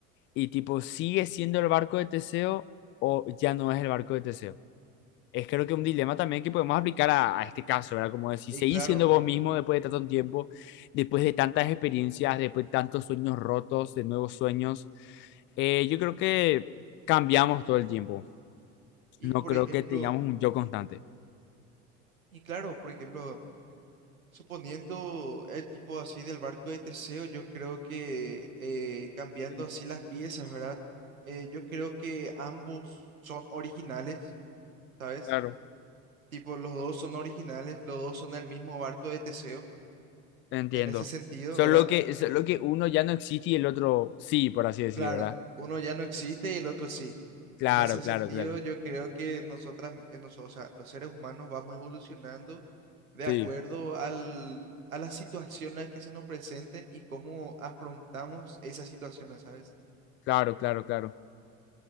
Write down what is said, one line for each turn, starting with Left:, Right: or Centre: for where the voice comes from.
Left: Y tipo, ¿sigue siendo el barco de Teseo o ya no es el barco de Teseo? es creo que un dilema también que podemos aplicar a, a este caso, ¿verdad? Como decir,
Right: y
Left: seguir
Right: claro.
Left: siendo vos mismo después de tanto tiempo, después de tantas experiencias, después de tantos sueños rotos, de nuevos sueños. Eh, yo creo que cambiamos todo el tiempo.
Right: Y
Left: No
Right: por
Left: creo
Right: ejemplo,
Left: que tengamos un yo constante.
Right: y claro, por ejemplo, suponiendo el tipo así del barco de Teseo, yo creo que eh, cambiando
Left: Sí,
Right: así las piezas, ¿verdad? Eh, yo creo que ambos son originales, ¿sabes?
Left: Claro.
Right: Tipo, los dos son originales, los dos son del mismo barco de Teseo,
Left: Entiendo.
Right: en ese sentido,
Left: Solo
Right: ¿verdad?
Left: que, solo
Right: Ento-
Left: que uno ya no existe y el otro sí, por así decir,
Right: claro,
Left: ¿verdad?
Right: uno ya no existe y el otro sí.
Left: Claro,
Right: En ese
Left: claro,
Right: sentido,
Left: claro.
Right: yo creo que nosotras, eh, nos- o sea, los seres humanos vamos evolucionando de
Left: Sí,
Right: acuerdo al, a la situación en la que se nos presenten y cómo afrontamos esas situaciones, ¿sabes?
Left: claro, claro, claro.